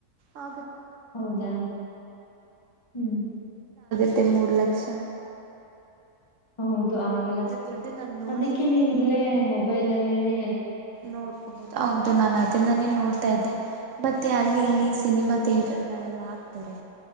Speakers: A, on the right; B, on the left.
A: ಆ
B: ಹೌದಾ ಹ್ಮ್
A: ತ್ತ ಮೂರ್ ಲಕ್ಷ್ಯ
B: ಹೌದು ಆಗಲ್ಲ
A: ದುಡ್ಡು ನಾನು ನೋಡೇ
B: ಅದಕ್ಕೆ ನೀವು ಇಲ್ಲೇ ಮೊಬೈಲ್ ಅಲ್ಲೇನೆ
A: ನೋಡ್ಕೋಬೋದು ಹೌದು ನಾನು ಅದನ್ನಾನೇ ನೋಡ್ತಾ ಇದ್ದೆ ಮತ್ತೆ ಅಲ್ಲಿ ಇಲ್ಲಿ ಸಿನಿಮಾ ಥಿಯೇಟರ್ ಗಳೆಲ್ಲ ಹಕ್ತಾರೆ